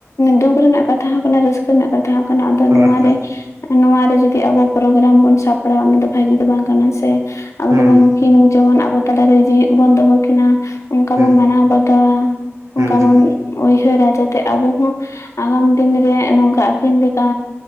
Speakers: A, on the left; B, on the right.
A: ᱫᱩᱠ ᱨᱮᱱᱟᱜ ᱠᱟᱛᱷᱟ ᱦᱚᱸ ᱠᱟᱱᱟ ᱨᱟᱹᱥᱠᱟᱹ ᱨᱮᱱᱟᱜ ᱠᱟᱛᱷᱟ ᱠᱟᱱᱟ ᱟᱫᱚ
B: ᱦᱳᱭ
A: ᱱᱚᱣᱟᱨᱮ
B: ᱦᱳᱭ ᱦᱮᱸ
A: ᱱᱚᱣᱟᱨᱮ ᱡᱩᱫᱤ ᱟᱵᱚ ᱯᱨᱳᱜᱨᱟᱢ ᱵᱚᱱ ᱥᱟᱯᱲᱟᱣᱟ ᱚᱱᱟ ᱫᱚ ᱵᱷᱟᱜᱤ ᱫᱚ ᱵᱟᱝ ᱠᱟᱱᱟ ᱥᱮ ᱟᱵᱚ
B: ᱦᱮᱸ
A: ᱫᱚ ᱵᱚᱱ ᱱᱩᱠᱤᱱ ᱡᱮᱢᱚᱱ ᱟᱵᱚ ᱛᱟᱞᱟᱨᱮ ᱡᱣ ᱵᱚᱱ ᱫᱚᱦᱚ ᱠᱤᱱᱟ ᱚᱱᱠᱟ
B: ᱦᱮᱸ
A: ᱵᱚᱱ ᱢᱟᱱᱟᱣ ᱵᱟᱛᱟᱣᱟ
B: ᱦᱮᱸ
A: ᱚᱱᱠᱟ ᱵᱚᱱᱭᱦᱟᱹᱨᱟ
B: ᱦᱮᱸ ᱦᱮᱸ
A: ᱡᱟᱛᱮ ᱟᱵᱚ ᱦᱚᱸ ᱟᱜᱟᱢ ᱫᱤᱱ ᱨᱮ ᱱᱚᱝᱠᱟ ᱟᱹᱤᱱ ᱞᱮᱠᱟ